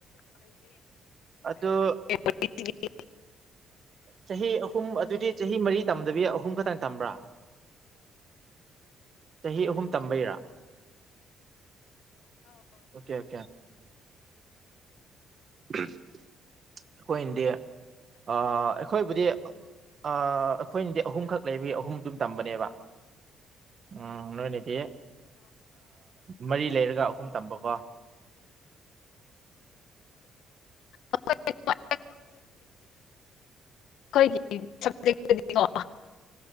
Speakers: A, on the right; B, on the left.
A: ꯑꯗꯣ
B: <unintelligible> <inaudible>
A: ꯆꯍꯤ ꯑꯍꯨꯝ ꯑꯗꯨꯗꯤ ꯆꯍꯤ ꯃꯔꯤ ꯇꯝꯗꯕꯤ ꯑꯍꯨꯝ ꯈꯛꯇꯪ ꯇꯝꯕ꯭ꯔꯥ꯫ <inaudible> <inaudible> ꯆꯍꯤ ꯑꯍꯨꯝ ꯇꯝꯕꯩꯔꯥ ꯑꯣꯀꯦ ꯑꯣꯀꯦ ꯑꯩꯈꯣꯏꯅꯗꯤ ꯑꯩꯈꯣꯏꯕꯨꯗꯤ ꯑꯩꯈꯣꯏꯅꯗꯤ ꯑꯍꯨꯝꯈꯛ ꯂꯩꯔꯤ ꯑꯍꯨꯝ ꯑꯗꯨꯝ ꯇꯝꯕꯅꯦꯕ ꯎ ꯅꯣꯏꯅꯗꯤ ꯃꯔꯤ ꯂꯩꯔꯒ ꯑꯍꯨꯝ ꯇꯝꯕꯀꯣ
B: <inaudible> <unintelligible> ꯑꯩꯈꯣꯏꯒꯤ ꯁꯞꯖꯦꯛꯇꯨꯗꯤꯀꯣ